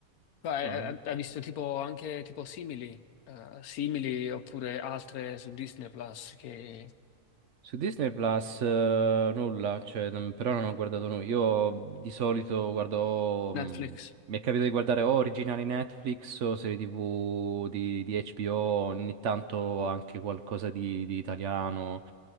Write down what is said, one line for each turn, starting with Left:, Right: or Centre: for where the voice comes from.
Left: Ma,
Right: No,
Left: eh, Hai visto tipo anche tipo simili, eh, simili oppure altre su Disney Plus che
Right: Su Disney Plus eh, nulla, cioè, non- però non ho guardato nulla. Io di solito guardo. mh,
Left: Netflix?
Right: mi è capitato di guardare o originali Netflix o serie TV di, di HBO, ogni tanto anche qualcosa di, di italiano.